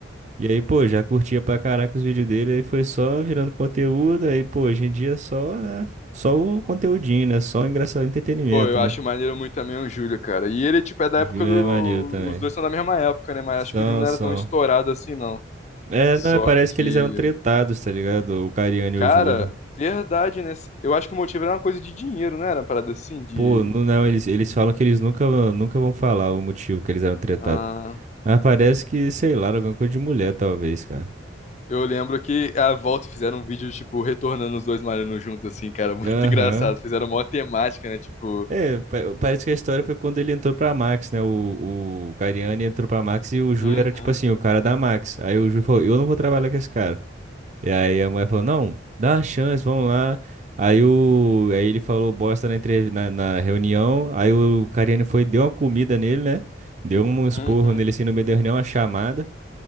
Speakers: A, on the right; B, on the left.
A: E aí, pô, já curtia pra caraca os vídeos dele, aí foi só virando conteúdo, aí, pô, hoje em dia é só, né, só o conteúdinho, né, só o engraçado, entretenimento,
B: Pô, eu
A: né?
B: acho maneiro muito também o Júlio, cara. E ele, tipo, é da
A: Júlio
B: época do.
A: é maneiro também.
B: Os dois são da mesma época, né? Mas
A: São,
B: acho que o Júlio não
A: são.
B: era tão estourado assim, não.
A: É,
B: Só
A: não, é, parece
B: que.
A: que eles eram tretados, tá ligado? O Cariano
B: Cara,
A: e o Júlio.
B: verdade, né? Eu acho que o motivo era uma coisa de dinheiro, não era uma parada assim, de.
A: Pô, não, não, eles, eles falam que eles nunca, nunca vão falar o motivo que eles eram tretados.
B: Ah,
A: Mas parece que, sei lá, era alguma coisa de mulher, talvez, cara.
B: eu lembro que a volta fizeram um vídeo, tipo, retornando os dois malhando juntos, assim, cara, muito
A: Aham.
B: <laughs> engraçado. Fizeram uma temática, né? Tipo.
A: É, pa- parece que a história foi quando ele entrou pra Max, né? O, o Cariani entrou pra Max e o Júlio
B: Uhum,
A: era, tipo assim, o cara da Max. Aí o Júlio falou, eu não vou trabalhar com esse cara. E aí a mulher falou, não, dá uma chance, vamos lá. Aí o, aí ele falou bosta na, entrev- na, na reunião. Aí o Cariani foi, e deu uma comida nele, né? Deu um esporro
B: uhum.
A: nele assim no meio da reunião, uma chamada.